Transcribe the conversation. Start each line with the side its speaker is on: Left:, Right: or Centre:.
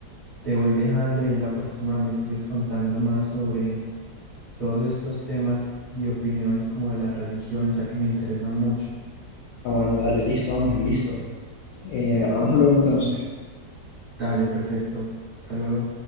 Right: te voy dejando y en la próxima me sigues contando más sobre todos estos temas y opiniones como de la religión, ya que me interesan mucho.
Left: Ah, bueno, dale, listo, Ángel, listo. Eh, hablamos luego entonces.
Right: Dale, perfecto. Hasta luego.